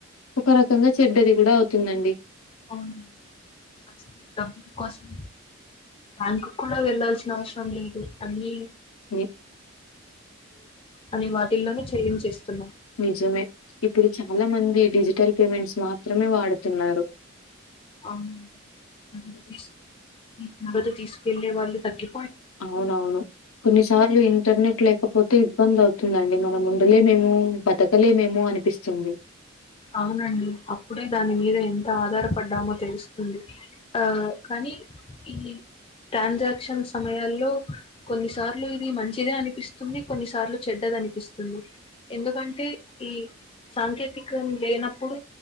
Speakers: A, on the left; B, on the left.
A: ఒక రకంగా చెడ్డది కూడా అవుతుందండి.
B: అవునా అసలు డబ్బుల కోసం బ్యాంకు క్కూడా వెళ్లాల్సిన అవసరం లేదు అన్ని
A: ని
B: అని వాటిల్లోనే చేయించేస్తున్నాం.
A: నిజమే ఇప్పుడు చాలా మంది డిజిటల్ పేమెంట్స్ మాత్రమే వాడుతున్నారు.
B: అవునండి నగదు తీస్కో నగదు తీసుకెళ్ళే వాళ్లే తగ్గి
A: అవునవును కొన్నిసార్లు ఇంటర్నెట్ లేకపోతే ఇబ్బంది అవుతుందండి మనముండలే మేమో మో బతకలేమేమో అనిపిస్తుంది.
B: అవునండి అప్పుడే దాని మీద ఎంత ఆధారపడ్డామో తెలుస్తుంది ఆ కానీ నీ ఈ ట్రాన్సాక్షన్ సమయాల్లో కొన్నిసార్లు ఇది మంచిదే అనిపిస్తుంది కొన్నిసార్లు చెడ్డ అనిపిస్తుంది ఎందుకంటే ఈ సాంకేతికం లేనప్పుడు